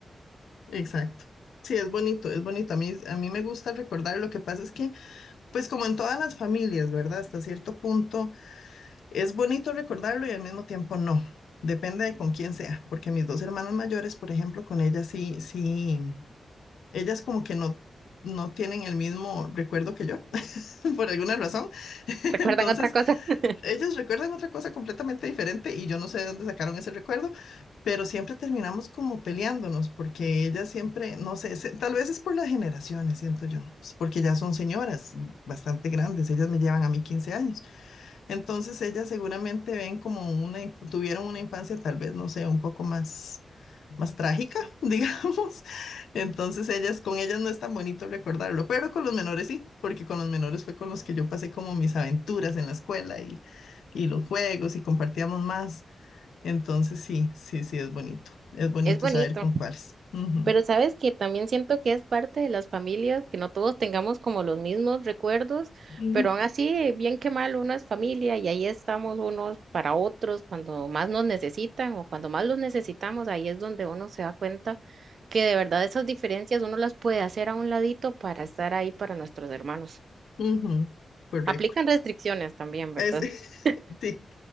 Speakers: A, on the left; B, on the right.
A: Exacto. Sí, es bonito, es bonito. A mí, a mí me gusta recordar. Lo que pasa es que, pues como en todas las familias, ¿verdad? Hasta cierto punto es bonito recordarlo y al mismo tiempo no. Depende de con quién sea, porque mis dos hermanas mayores, por ejemplo, con ellas sí, sí. ellas como que no, no tienen el mismo recuerdo que yo, <laughs> por alguna razón. <laughs>
B: ¿Recuerdan
A: Entonces,
B: otra cosa? <laughs>
A: ellas recuerdan otra cosa completamente diferente y yo no sé de dónde sacaron ese recuerdo, pero siempre terminamos como peleándonos porque ellas siempre, no sé, se- tal vez es por las generaciones, siento yo, es porque ya son señoras bastante grandes, ellas me llevan a mí 15 años. Entonces, ellas seguramente ven como una, inf- tuvieron una infancia tal vez, no sé, un poco más más trágica, <laughs> digamos. Entonces ellas, con ellas no es tan bonito recordarlo, pero con los menores sí, porque con los menores fue con los que yo pasé como mis aventuras en la escuela y, y los juegos y compartíamos más. Entonces sí, sí, sí, es bonito. Es bonito
B: Es bonito.
A: saber con cuáles. Ujú,
B: Pero sabes que también siento que es parte de las familias, que no todos tengamos como los mismos recuerdos,
A: ujú,
B: pero aún así, bien que mal, uno es familia y ahí estamos unos para otros cuando más nos necesitan o cuando más los necesitamos, ahí es donde uno se da cuenta que de verdad esas diferencias uno las puede hacer a un ladito para estar ahí para nuestros hermanos.
A: ujú, Correcto.
B: Aplican restricciones también, ¿verdad?
A: Es, <laughs>
B: <laughs>
A: sí,